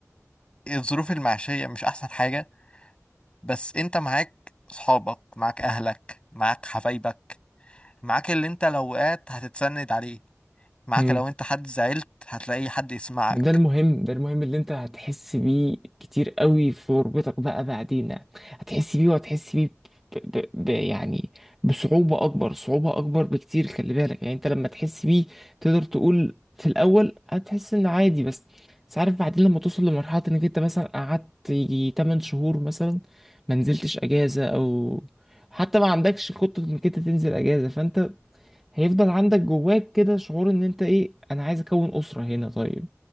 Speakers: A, on the left; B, in the centre.
A: الظروف المعيشية مش احسن حاجة بس انت معاك صحابك معاك اهلك معاك حبايبك معاك اللي انت لو وقعت هتتسند عليه معاك
B: مم.
A: لو انت حد زعلت هتلاقي حد يسمعك
B: ده المهم ده المهم اللي انت هتحس بيه كتير قوي في غربتك بقى بعدين هتحس بيه وهتحس بيه ب... ب... ب... يعني بصعوبة أكبر صعوبة أكبر بكتير خلي بالك يعني انت لما تحس بيه تقدر تقول في الأول هتحس إن عادي بس بس عارف بعدين لما توصل لمرحلة إنك انت مثلا قعدت يجي 8 شهور مثلا ما نزلتش أجازة أو حتى ما عندكش خطة إنك انت تنزل أجازة فانت هيفضل عندك جواك كده شعور إن انت إيه أنا عايز أكون أسرة هنا طيب